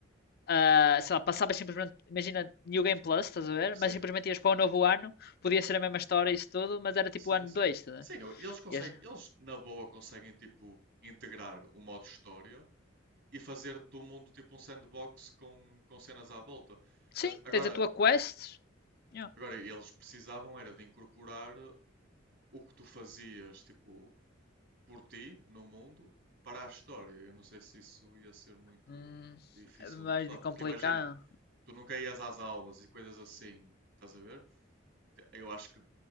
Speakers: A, on the left (about 50°); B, on the right (about 65°).
A: ah, sei lá, passavas simplesmente, imagina New Game Plus, estás a ver?
B: Sim,
A: Mas simplesmente ias para o novo ano, podia ser a mesma história e isso tudo, mas era tipo
B: sim,
A: o ano
B: sim.
A: 2, estás a
B: Sim,
A: ver?
B: eu- eles conseguem,
A: Ias-
B: eles na boa conseguem tipo integrar o modo história e fazer do mundo tipo um sandbox com, com cenas à volta. Assim,
A: Sim,
B: Agora,
A: tens a tua quest. Yeah.
B: agora eles precisavam era de incorporar o que tu fazias, tipo, por ti no mundo para a história. Eu não sei se isso ia ser muito
A: Hum,
B: difícil ou
A: mais
B: muito fácil,
A: de complicado.
B: porque imagina, tu nunca ias às aulas e coisas assim, estás a ver? Eu acho que